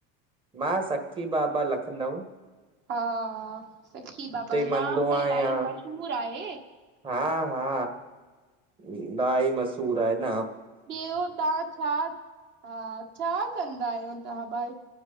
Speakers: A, on the right; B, on the right.
A: मां सखी बाबा लखनऊ
B: हा सखी बाबा
A: हुते मंदो
B: नालो
A: आहियां
B: त इलाही मशहूर आहे
A: हा हा इलाही मशहूर आहे न
B: ॿियो तव्हां छा हा छा कंदा आहियो तव्हां भाई।